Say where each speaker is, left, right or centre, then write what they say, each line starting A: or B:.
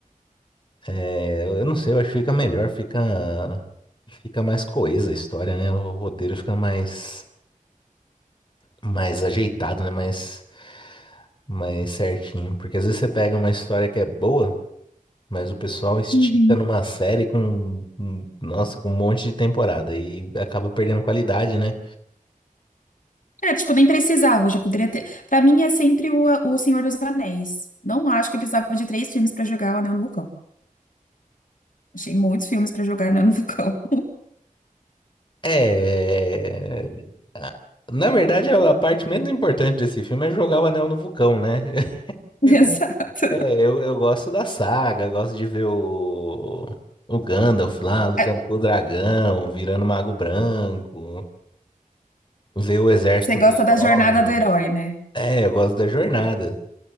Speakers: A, on the left (about 35°); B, on the left (about 70°).
A: eh, eu não sei, eu acho que fica melhor, fica, fica mais coesa a história, né? O roteiro fica mais. mais ajeitado, né? Mais, mais certinho. Porque às vezes você pega uma história que é boa, mas o pessoal estica
B: Uhum.
A: numa série com, com- nossa, com um monte de temporada e acaba perdendo qualidade, né?
B: É, tipo, nem precisava, já poderia ter. Pra mim é sempre o, o Senhor dos Anéis. Não acho que precisava de três filmes pra jogar o Anel no Vulcão. Achei muitos filmes pra jogar o Anel no Vulcão.
A: É. a- Na verdade, a a parte menos importante desse filme é jogar o anel no vulcão, né? <laughs>
B: <laughs> Exato.
A: Eu- É, eu, eu gosto da saga, gosto de ver o, o Gandalf lá lutando
B: É,
A: com o dragão, virando mago branco, ver o exército
B: Você gosta
A: dos
B: da
A: orcs.
B: jornada do herói, né?
A: É, eu gosto da jornada.